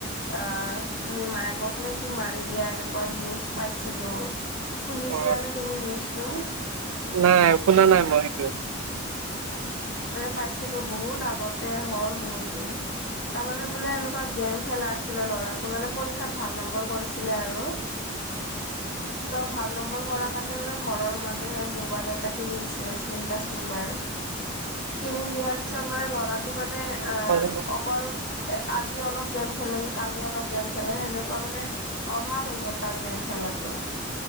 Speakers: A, on the left; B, on the right.
A: অহ, নি মায়েকক নে কি মাৰি দিয়া এনেকুৱা নিউজ পাইছিলোঁ। শুনিছিলানে
B: অ
A: তুমি নিউজটো?
B: নাই শুনা নাই মই। সেইটো
A: পাইছিলোঁ বহুত আগতে হ'ল বহুত দিন, তাৰমানে বোলে এনেকুৱা গেম খেলা আছিলে। ল'ৰাটো মানে পৰীক্ষাত ভাল নম্বৰ কৰিছিলে আৰু ত' ভাল নম্বৰ কৰা সেইকাৰণে মানে ঘৰৰ মানুহে মোবাইল এটা কিনি দিছিলে স্কিন স্কিনটাচ মোবাইল কিনি দিয়াৰ পিছত মানে ল'ৰাটো মানে অহ,
B: উম
A: অকল এ আজি অলপ গেম খেলিল, কালি অলপ গেম খেলিল, সেনেকুৱা মানে অভাৰ হৈ গ'ল তাৰ গেম। খেলাটো।